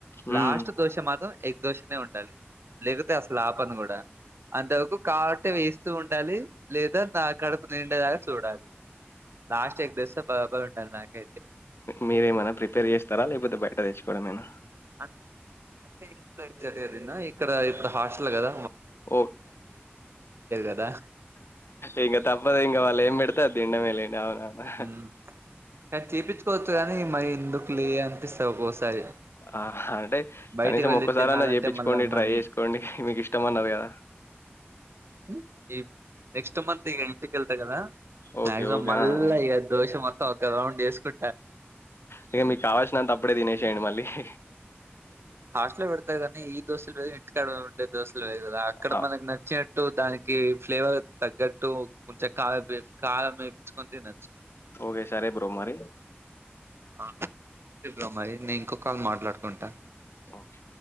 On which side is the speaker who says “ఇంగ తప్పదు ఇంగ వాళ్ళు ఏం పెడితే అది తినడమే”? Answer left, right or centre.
Left